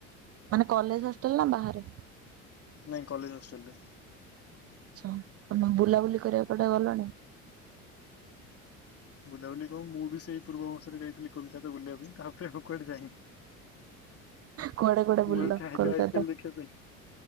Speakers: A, on the right; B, on the left.
A: ମାନେ କଲେଜ୍ ହଷ୍ଟେଲ ନା ବାହାରେ?
B: ନାଇଁ କଲେଜ ହଷ୍ଟେଲ ରେ।
A: ଆଛା ତମେ ବୁଲାବୁଲି କରିବାକୁ କୁଆଡ଼େ ଗଲଣି?
B: ବୁଲାବୁଲି କଣ ମୁଁ ବି ସେଇ ପୂର୍ବ ବର୍ଷରେ ଯାଇଥିଲି କୋଲକାତା ବୁଲିବା ପାଇଁ, ତାପରେ ଆଉ କୁଆଡ଼େ ଯାଇନି।
A: କୁଆଡେ କୁଆଡେ
B: ମୁଁ
A: ବୁଲିଲ
B: ଏଙ୍ଖା ଆଇପି
A: କୋଲକାତା
B: ଆଇପିଏଲ ଦେଖିବା ପାଇଁ।